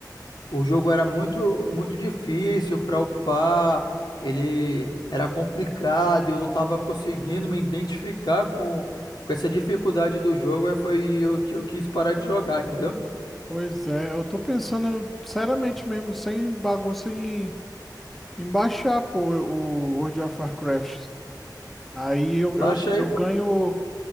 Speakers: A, on the left; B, in the centre.
A: o jogo era muito muito difícil para upar, ele era complicado, e eu não estava conseguindo me identificar com com essa dificuldade do jogo, aí foi o que eu quis parar de jogar, entendeu?
B: Pois é, eu tô pensando seriamente mesmo, sem bagunça em Embaixar, pô, o World of Warcraft. Aí eu,
A: Baixa
B: eu, eu
A: aí,
B: ganho.